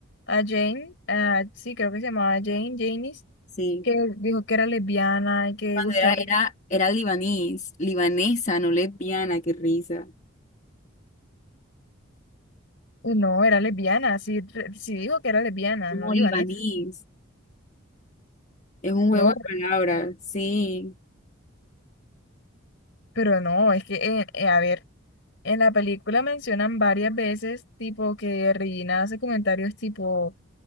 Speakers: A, on the left; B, on the left.
A: a Jane, a- sí, creo que se llamaba Jane, Janice,
B: Sí.
A: que dijo que era lesbiana y que
B: Cuando
A: gustaba.
B: era, era, era libanés, libanesa, no lesbiana, qué risa.
A: Uy, No, era lesbiana, sí, re- sí dijo que era lesbiana,
B: No,
A: no digo
B: libanís.
A: eso.
B: Es un juego
A: No,
B: de palabras, sí.
A: pero no, es que, eh, eh, a ver, en la película mencionan varias veces, tipo, que Regina hace comentarios tipo,